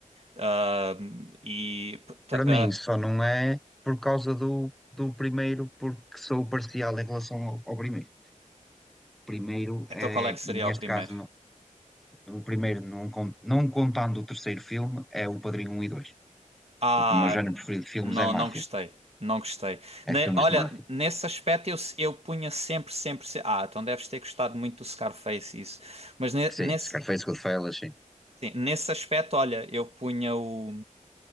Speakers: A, on the right (about 50°); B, in the centre.
A: Ahm, e tá,
B: Para mim,
A: ah,
B: só não é por causa do, do primeiro, porque sou parcial em relação ao, ao primeiro. Primeiro
A: então
B: é,
A: qual é que seria
B: e neste
A: o primeiro?
B: caso, não- o primeiro, não, con- não contando o terceiro filme, é o Padrinho um e dois
A: Ah,
B: Porque o meu género preferido de filmes
A: não,
B: é máfia.
A: não gostei. Não gostei. Ne-
B: É filmes
A: olha,
B: de máfia.
A: nesse aspecto eu, se- eu punha sempre, sempre, se- Ah, então deves ter gostado muito do Scarface isso. Mas ne-
B: Sim,
A: nesse,
B: Scarface, Goodfellas, sim.
A: sim, nesse aspecto, olha, eu punha o,